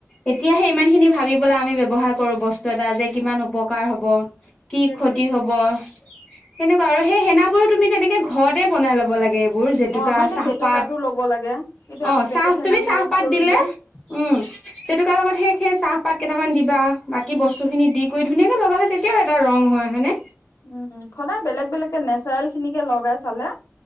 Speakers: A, on the left (about 20°); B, on the left (about 65°).
A: এতিয়া সেই ইমান খিনি ভাবি পেলাই আমি ব্যৱহাৰ কৰো। বস্তু এটা যে কিমান উপকাৰ হ'ব। কি
B: সেইটোৱে।
A: ক্ষতি হব। সেনেকুৱা, আৰু সেই হেনাবোৰ তুমি তেনেকে। ঘৰতে বনাই ল'ব লাগে এইবোৰ জেতুকা,
B: অ', আমাৰ এতিয়া
A: চাহপাত
B: জেতুকাটো ল'ব লাগে কিন্তু আমি
A: অ'
B: পেকেট
A: চাহ
B: হেনাটো
A: তুমি চাহপাত
B: ইউজ কৰো
A: দিলে
B: যে।
A: উম জেতুকাৰ লগত সেই সেই চাহ। পাত কেইটামান দিবা বাকী বস্তু খিনি দি কৰি ধুনীয়াকে লগালে তেতিয়াও এটা ৰং হয় হয়নেে।
B: উম সদায় বেলেগ বেলেগে নেচাৰেল লগাই চালে